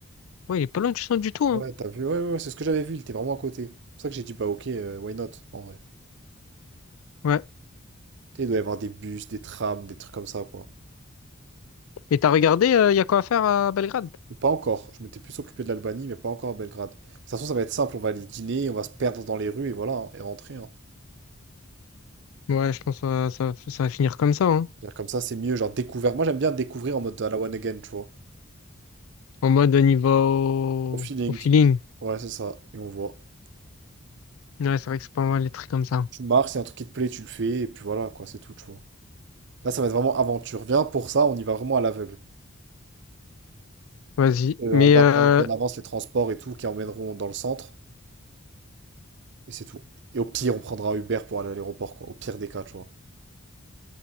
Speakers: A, on the left; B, on the right.
A: Ouais, il est pas loin du centre du tout, hein.
B: Ouais, t'as vu, ouais, ouais, c'est ce que j'avais vu, il était vraiment à côté. C'est pour ça que j'ai dit, bah ok, euh, why not, en vrai.
A: Ouais.
B: Tu sais, il doit y avoir des bus, des trams, des trucs comme ça, quoi.
A: Et t'as regardé, euh, il y a quoi à faire à Belgrade?
B: Ou Pas encore. Je m'étais plus occupé de l'Albanie, mais pas encore à Belgrade. De toute façon, ça va être simple. On va aller dîner, on va se perdre dans les rues et voilà, hein, et rentrer. hein.
A: Ouais, je pense que ça, ça, ça va finir comme ça, hein.
B: C'est-à-dire Comme ça, c'est mieux. Genre découvert. Moi, j'aime bien découvrir en mode à la one again, tu vois.
A: En mode on y va au,
B: Au feeling.
A: au feeling.
B: Ouais, c'est ça. Et on voit.
A: Ouais, c'est vrai que c'est pas mal les trucs comme ça.
B: Tu marches, c'est un truc qui te plaît, tu le fais, et puis voilà, quoi, c'est tout, tu vois. Là, ça va être vraiment aventure. Viens pour ça, on y va vraiment à l'aveugle.
A: Vas-y.
B: Euh,
A: Mais
B: on regardera
A: euh,
B: un peu en avance les transports et tout qui emmèneront dans le centre, et c'est tout. Et au pire, on prendra Uber pour aller à l'aéroport, quoi. Au pire des cas, tu vois,